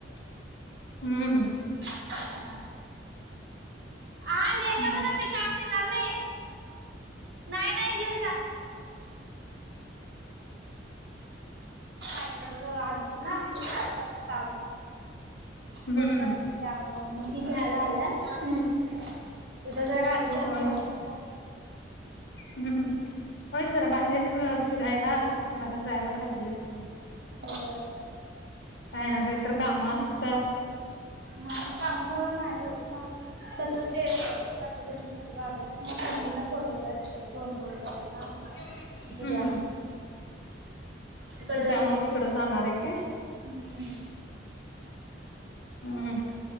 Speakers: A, on the left (about 65°); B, on the right (about 65°).
A: - हम हम
B: हा हा नेता
A: मग
B: म्हणा, मी का येणार नाही नाही -नाही घेऊन जा. <unintelligible> आणते ना का सायकल च काम
A: हम्म
B: वझ - त्यामुळ मग ती घ्यायला आल्यात उद्या जरा गावी बाहेर
A: होयच
B: जाणार -
A: हम्म होय जरा बाहेर फिरायला करायला जायला पाहिजेच की.
B: होय
A: काही ना काहीतर कामं असत्यात.
B: हा कामामुळें नाही होत ना तस ते सासुबईंच - <unintelligible> वारल्यात म मम्मी ना बोलावलय तिकड तोंडगोड करायला.
A: हम्
B: उद्या तिकडे
A: त्यामुळे
B: जा
A: तिकड जाणार आहे काय?
B: हम्म
A: हम्म